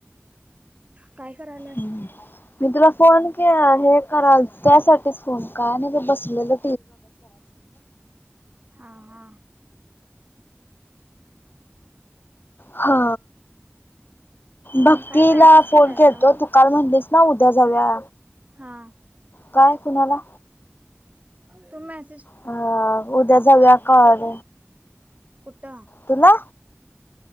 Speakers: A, on the right; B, on the left.
A: काय करायलास
B: हम्म मी तुला फोन केला हे कराय त्यासाठी तेच फोन काय नाय ग बसलेलं
A: हा हा.
B: हा. भक्तीला
A: आणि काय मेसेज
B: फोन
A: केलास
B: केलता
A: ना व
B: तू काल म्हणलीस ना उद्या जाऊया
A: हा
B: काय कुणाला?
A: तु मॅसे
B: हा उद्या जाऊया का आज?
A: कुठ?
B: तूला